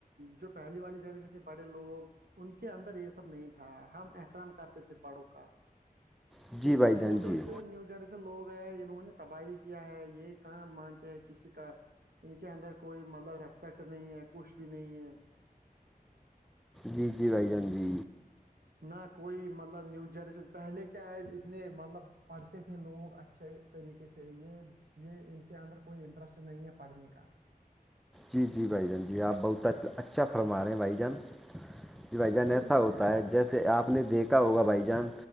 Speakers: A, on the right; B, in the centre.
A: جو پہلی والی جنریشن تھی بڑے لوگ ان کے اندر یہ سب نہیں تھا ہم احترام کرتے تھے بڑوں کا
B: جی
A: یہ
B: بھائی
A: جو
B: جان
A: چھوٹے
B: جی
A: جو نیو جنریشن لوگ ہیں انہوں نے تباہی کیا ہے یہ کام مانتے ہیں کسی کا ان کے اندر کوئی مطلب ریسپیکٹ نہیں ہے کچ بھی نہیں ہے
B: جی جی بھائی جان جی
A: نہ کوئی مطلب نیو جنریشن پہلے کیا ہے اتنے مطلب پڑھتے تھے لوگ اچھے طریقے سے یہ یہ ان کے اندر کوئی انٹرسٹ نہیں ہے پڑھنے کا
B: جی جی بھائی جان جی آپ بہت اچھا فرما رہے ہیں بھائی جان کہ بھائی جان
A: کوئی
B: ایسا ہوتا
A: نہ
B: ہے جیسے آپ نے دیکھ ہوگا بھائی جان